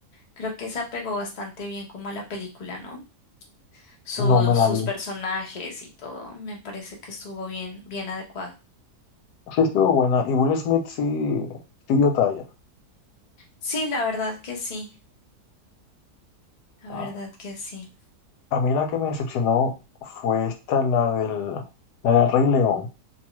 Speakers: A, on the left (about 40°); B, on the left (about 80°).
A: Creo que se apegó bastante bien como a la película, ¿no? Su-
B: No me
A: sus
B: la vi.
A: personajes y todo, me parece que estuvo bien, bien adecuado.
B: Sí estuvo buena. Y Will Smith sí, sí dio talla.
A: Sí, la verdad que sí, la
B: Ah,
A: verdad que sí.
B: A mí la que me decepcionó fue esta, la del, la del Rey León.